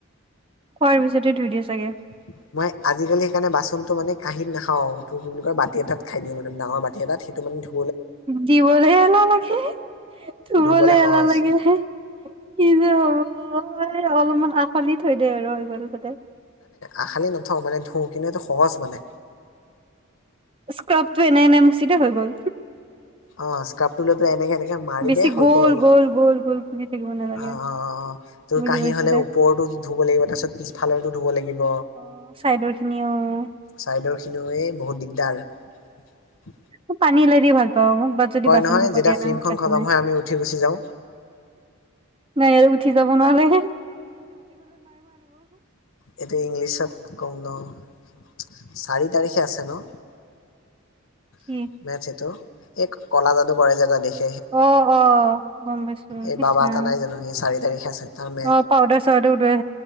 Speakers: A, on the right (about 25°); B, on the left (about 75°).
A: খোৱাৰ পিছতে ধুই দিয় চাগে।
B: <unintelligible> মই আজিকালি, সেইকাৰণে বাচনটো মানে কাহীত নাখাওঁ, টো কি বুলি কয় বাতি এটাত খাই দিওঁ। মানে ডাঙৰ বাতি এটাত সেইটো মানে ধুই
A: দিবলৈ এলাহ লাগে, ধুবলৈ
B: ধুবলে সহজ
A: এলাহ লাগিলেহে। কি যে হ'ব, এই অলপমান আশালি থৈ দে আৰু হৈ গ'ল তাতে
B: আশালি নথওঁ মানে, ধোও কিন্তু এইটো সহজ মানে।
A: কাপটো এনে এনে মুচিতে হৈ গ'ল।
B: অ' স্কাইপ টো লৈ পেলায় এনেকে এনেক মাৰি
A: বেছি
B: দে হৈ গ'ল অলপ,
A: গ'ল গ'ল ঘুৰি থাকিব নালাগে
B: অ' তোৰ
A: বুজি
B: কাহি
A: পাইছো
B: হ'লে
A: দে
B: ওপৰতো ধুব লাগিব। তাৰ পিছত পিছফালটো ধুব লাগিব।
A: অ' চাইদৰ খিনি অ'
B: চাইডৰ খিনিও এই বহুত দিগদাৰ আৰু
A: মোৰ পানীলে যিমান পাওঁ, মোক বাট যদি বাচন
B: নহয়
A: ধুব
B: যেতিয়া
A: দিয়া, তেনে
B: ফিল্মখন
A: মোৰ কেচ
B: খতম
A: নাই।
B: হয় আমি উঠি গুচি যাওঁ
A: মায়ে উঠি যাব নহ'লে হে।
B: এইটো ইংলিছত কম নহয়। চাৰি তাৰিখে আছে ন।
A: কি
B: <unintelligible> এই ক'লা যাদু কৰে যে, দেখ
A: অ', অ'। অ', গম পাইছোঁ,
B: এই
A: ইচ
B: বাবা
A: ৰাম।
B: এটা নাই জানো সি চাৰি তাৰিখে আছে তাৰ মে
A: অ', পাউদাৰ, চাউদাৰ